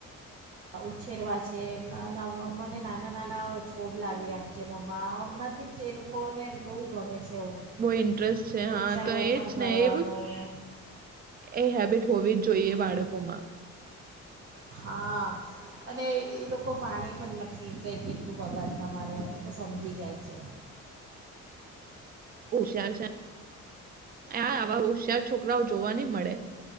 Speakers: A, on the right; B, on the right.
A: ઉછેરવા છે, અમને નાના નાના છોડ લાવી આપજે મમ્મા હમણાંથી જ એ લોકોને બહુ ગમે છે એવું
B: બહુ ઇન્ટરેસ્ટ છે,
A: વૃક્ષારોપણ
B: હા તો એજ
A: કરવાનું
B: ને એવું
A: ને
B: એ હેબિટ હોવી જોઈએ
A: હમ,
B: બાળકોમાં
A: હા, અને એ લોકો પાણી પણ નથી કંઈ કેટલું બગાડતા મારે એ લોકો સમજી જાય છે
B: ચાલ, ચાલ આ આવા હોશયાર છોક છોકરાઓ જોવા ની મળે